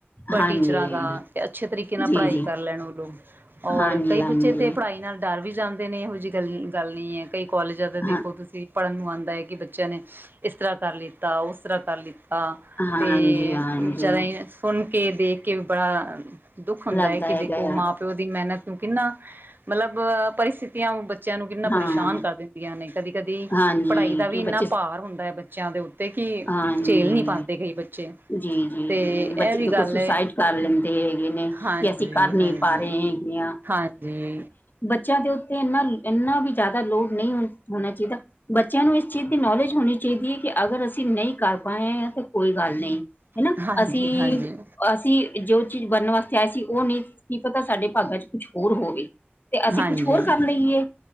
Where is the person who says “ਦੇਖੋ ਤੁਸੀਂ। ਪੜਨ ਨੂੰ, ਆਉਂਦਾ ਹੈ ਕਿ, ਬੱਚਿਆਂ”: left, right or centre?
Right